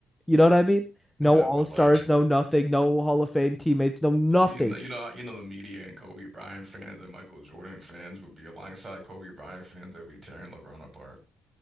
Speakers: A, in the centre; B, on the right (about 30°).
A: You know what I mean? No
B: Yeah.
A: All-Stars,
B: But like.
A: no nothing, no Hall of Fame teammates, no nothing.
B: In the you know, you know, the media and Kobe Bryant fans and Michael Jordan fans would be alongside Kobe Bryant fans that would be tearing LeBron apart,